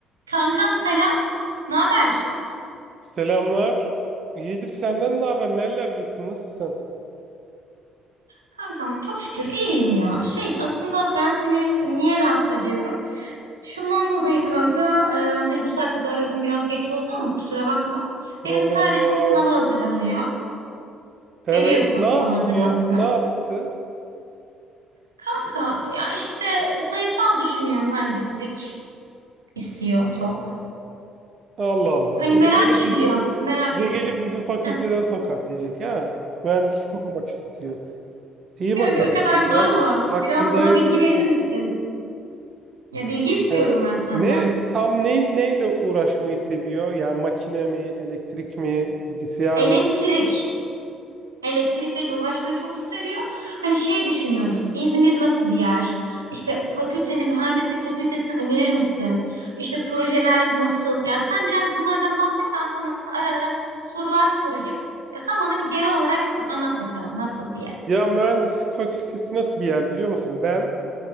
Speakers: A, on the right (about 85°); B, on the right (about 45°).
A: Kankam selam. Ne haber?
B: Selamlar. Yedir senden ne haber? Nerelerdesin? Nasılsın?
A: Kankam çok şükür iyiyim ya. Şey aslında ben seni niye rahatsız ediyorum? Şundan dolayı kanka e, hani bu saatte de aradım biraz geç oldu ama kusura bakma.
B: Problem
A: Benim kardeşim
B: yok.
A: sınava hazırlanıyor.
B: Evet.
A: Biliyorsun
B: Ne
A: sınava
B: yaptı
A: hazırlandığını.
B: o? Ne yaptı?
A: Kanka ya işte sayısal düşünüyor mühendislik istiyor çok.
B: Allah Allah.
A: Hani
B: Bir
A: merak
B: de gelip
A: ediyor,
B: bizim
A: merak
B: bir
A: ediyor.
B: de gelip bizim fakülteden
A: Heh.
B: tokat yiyecek ha. Mühendislik okumak istiyor. İyi
A: Kanka
B: bakalım.
A: o kadar
B: Güzel.
A: zor mu?
B: Hakkında
A: Biraz bana
B: hayırlısı.
A: bilgi verir misin? Ya bilgi istiyorum
B: Ee,
A: ben senden.
B: Ne tam ne neyle uğraşmayı seviyor? Yani makine mi, elektrik mi, bilgisayar
A: Elektrik.
B: mı?
A: Elektrikle uğraşmayı çok seviyor. Hani şey düşünüyoruz. İzmir nasıl bir yer? İşte fakülteni, mühendislik fakültesini önerir misin? İşte projeler nasıl? Yani sen biraz bunlardan bahset. Ben sana ara ara sorular sorayım. Ya sen bana bir genel olarak anlat bakalım nasıl diye.
B: Ya mühendislik fakültesi nasıl bir yer biliyor musun? Ben